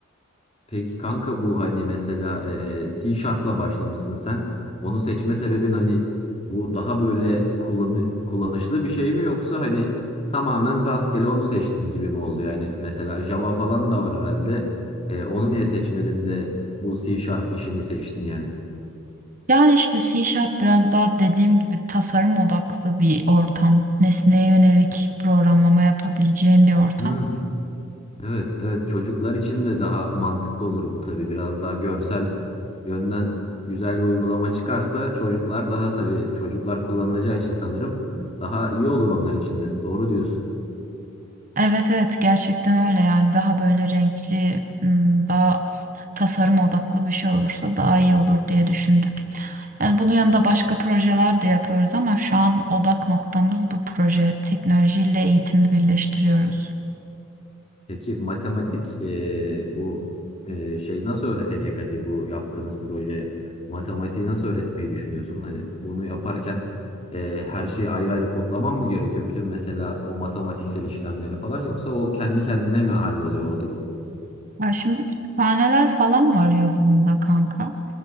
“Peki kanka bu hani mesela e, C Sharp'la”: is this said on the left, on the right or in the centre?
Left